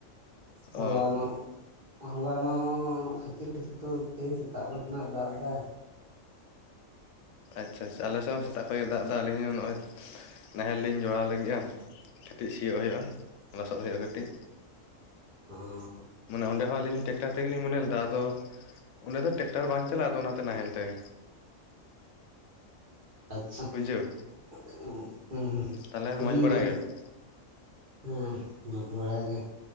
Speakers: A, on the right (about 40°); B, on the left (about 70°).
A: ᱦᱚᱞᱟ
B: ᱚ
A: ᱱᱚᱜ ᱦᱚᱞᱟ ᱱᱚᱜ ᱠᱷᱟᱪᱤ ᱥᱤᱛᱩᱝ ᱛᱮ ᱥᱮᱛᱟᱜ ᱠᱷᱚᱱᱟᱜ ᱮ ᱫᱟᱜ ᱫᱟ
B: ᱟᱪᱪᱷᱟ ᱟᱪᱪᱷᱟ ᱟᱞᱮ ᱥᱮᱫ ᱦᱚᱸ ᱥᱮᱛᱟᱜ ᱠᱷᱚᱱ ᱜᱮ ᱫᱟᱜ ᱮᱫᱟ ᱟᱹᱞᱤᱧ ᱦᱚᱸ ᱱᱚᱜᱼᱚᱭ ᱱᱟᱦᱮᱞ ᱞᱤᱧ ᱡᱚᱲᱟᱣ ᱞᱟᱹᱜᱤᱫᱼᱟ ᱠᱟᱹᱴᱤᱡ ᱥᱤᱭᱳᱜ ᱦᱩᱭᱩᱜᱼᱟ ᱞᱚᱥᱚᱫ ᱦᱩᱭᱩᱜᱼᱟ ᱠᱟᱹᱴᱤᱡ
A: <unintelligible>
B: ᱢᱟᱱᱮ ᱚᱸᱰᱮ ᱦᱚᱸ ᱟᱞᱤᱧ ᱴᱮᱠᱴᱟᱨ ᱛᱮᱜᱮᱞᱤᱧ ᱢᱚᱱᱮ ᱞᱮᱫᱟ ᱟᱫᱚ ᱚᱸᱰᱮ ᱫᱚ ᱴᱮᱠᱴᱟᱨ ᱵᱟᱝ ᱪᱟᱞᱟᱜᱼᱟ ᱟᱫᱚ ᱚᱱᱟᱛᱮ ᱱᱟᱦᱮᱞ ᱛᱮᱜᱮ
A: ᱟᱪᱪᱷᱟ
B: ᱵᱩᱡᱷᱟᱹᱣ
A: <unintelligible>
B: ᱛᱟᱦᱚᱞᱮ
A: ᱦᱤᱰᱤᱧ
B: ᱢᱚᱸᱡᱽ ᱵᱟᱲᱟ
A: ᱜᱮᱭᱟ
B: ᱜᱮᱭᱟᱵᱤᱱ?
A: ᱦᱮᱸ ᱢᱚᱡᱽ ᱵᱟᱲᱟ ᱜᱮ